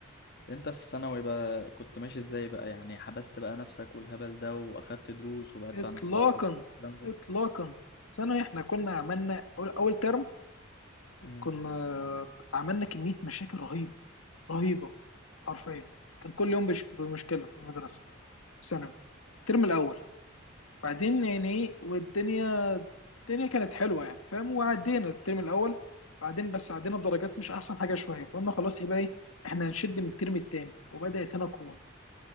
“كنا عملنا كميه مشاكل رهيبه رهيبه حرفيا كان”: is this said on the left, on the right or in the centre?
Left